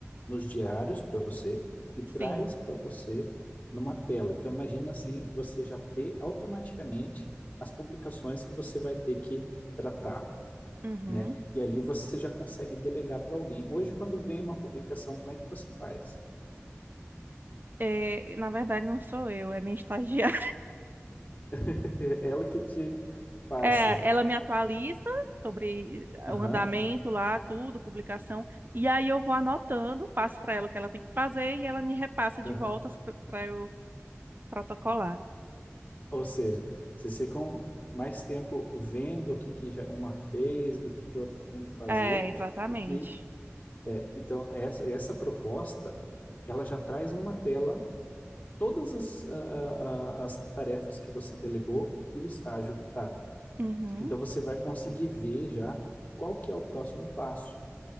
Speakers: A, on the left; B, on the right.
A: nos diários para você e traz
B: sim.
A: para você numa tela. Então, imagina assim, você já ter automaticamente as publicações que você vai ter que tratar,
B: Uhum.
A: né? E ali você já consegue delegar para alguém. Hoje, quando vem uma publicação, como é que você faz?
B: É, na verdade, não sou eu, é minha estagiária.
A: <laughs> É ela que te passa.
B: É, ela me atualiza sobre eh,
A: Aham,
B: o andamento lá, tudo, publicação, e aí eu vou anotando, passo para ela o que ela tem que fazer e ela me repassa de
A: aham.
B: voltas para eu protocolar.
A: Ou seja, vocês ficam mais tempo vendo o que, que já uma fez, do que, que outra tem que fazer,
B: É, exatamente.
A: do que. é, então, essa, essa proposta, ela já traz numa tela todas as, a- a- a- as tarefas que você delegou e o estágio que está.
B: Uhum,
A: Então, você vai conseguir ver já qual que é o próximo passo